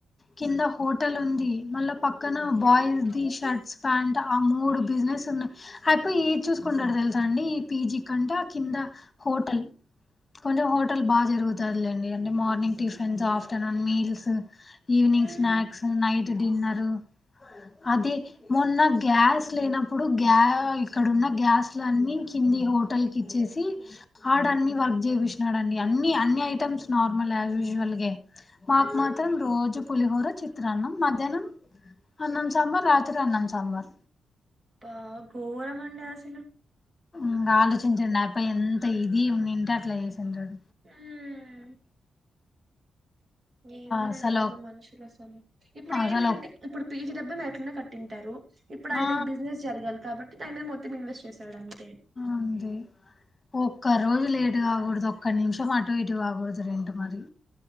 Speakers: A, on the left; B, on the right.
A: కింద హోట ట్టల్ ఉంది మళ్ళా పక్కన
B: హ్మ్
A: బాయ్స్ ది షర్ట్స్ ప్యాంట్ ఆ మూడు బిజినెస్ ఉన్నాయి ఆయప్ప ఏది చూసుకుంటడో తెలుసా అండి ఈ పీజీ కంటే ఆ కింద హోటల్ కొంచెం హోటల్ బాగా జరుగుతాదిలేండి అంటే morning tiffins afternoon meals evening
B: um
A: snacks night dinner అదే మొన్న గ్యాస్ లేనప్పుడు గ్యా ఇక్కడ ఉన్న గ్యాస్లన్ని కింది హోటల్ కి ఇచ్చేసి ఆ అన్ని వర్క్ చెప్పిచినాడండి అన్ని ఐటెమ్స్ నార్మలే యశ్వుస్వల్ గానే మాకు
B: ఉమ్
A: మాత్రం రోజు పులిహోర చిత్రాన్నం మా మధ్యనం అన్నం సాంబార్ రాత్రి అన్నం సాంబార్
B: బా ఘోరమండి అసలు
A: ఇంకా ఆలోచించండి ఆయప్ప ఎంత ఇది ఉండుంటే అట్లా చే <inaudible>
B: ఉమ్ ఏందోనండి
A: అసలు
B: బాబు మనుషులు అసలు ఇప్పుడు
A: అసలు
B: ఏమి అంటె ఇప్పుడు పీజీ డబ్బు ఎట్లనో కట్టింటారు ఇప్పుడు ఆయనకి
A: ఆ
B: బిజినెస్ జరగాలి కాబ దానిమీద మొత్తం ఇన్వెస్ట్ చేసాడు అంతే
A: అంతే ఒక్క రోజు లేటు కాకూడదు ఒక్క నిమిషం అటు ఇటు కాకూడదు రెంటు మరి